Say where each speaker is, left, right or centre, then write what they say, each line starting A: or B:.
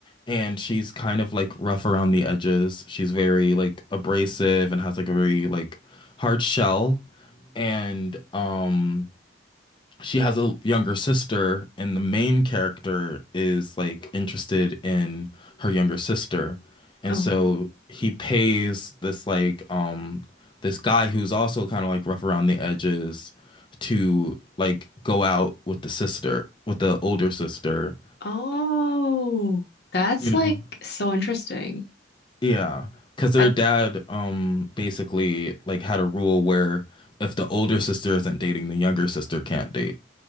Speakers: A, on the left (about 25°); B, on the left (about 60°).
A: and she's kind of like rough around the edges she's very like abrasive and has like a very like hard shell and um she has a younger sister, and the main character is like interested in her younger sister. And
B: Oh,
A: so he pays this like um this guy who's also kind of like rough around the edges to like go out with the sister, with the older sister,
B: oh, that's
A: you know.
B: like so interesting.
A: Yeah, because their
B: I
A: dad um basically like had a rule where if the older sister isn't dating, the younger sister can't date.